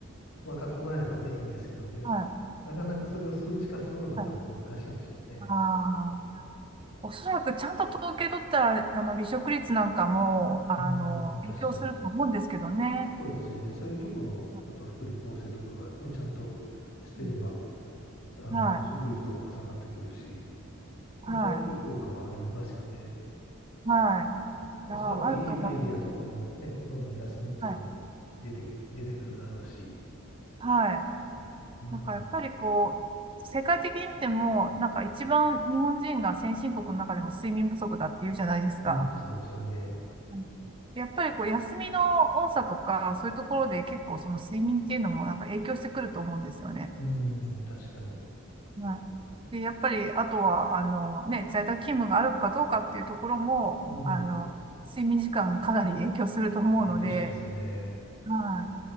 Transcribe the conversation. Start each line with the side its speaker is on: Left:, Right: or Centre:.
Left: 分かってもらえればね、いいんですけどね。
Right: はい。
Left: なかなかそれを数値化するのが多分難しいんでしょうね。
Right: はい。はいあーおそらくちゃんと統計取ったら、あの、離職率なんかも、あの、
Left: うん、確かに。
Right: 影響すると思うんですけどね。
Left: そうですよね。そういうとこの、
Right: う
Left: やっぱ福利厚生とかがね、ちゃんとしてれば、
Right: ん
Left: あの、
Right: はい。
Left: 離職率とかも下がってくるし、絶対いい効果はありますよね。
Right: はい。はい。いや、
Left: おそらくいいアイディアとかもね、
Right: あると思います。
Left: どんどん休みの時に出て、
Right: はい。
Left: 出てくるだろうし。
Right: はい。
Left: うん、
Right: なんかやっぱりこう、世界的に見ても、なんか一番日本人が先進国の中でも睡眠不足だっていうじゃないですか。
Left: うん、そうですよね。
Right: うんやっぱりこう、休みの多さとか、そういうところで結構その睡眠っていうのもなんか影響してくると思うんですよね。
Left: うん、確かに。
Right: はいで、やっぱり、あとは、あの、ね、在宅勤務があるかどうかっていうところも、
Left: うん、
Right: あの、睡眠時間かなり影響すると思うので、
Left: 影響しますよね。
Right: はい。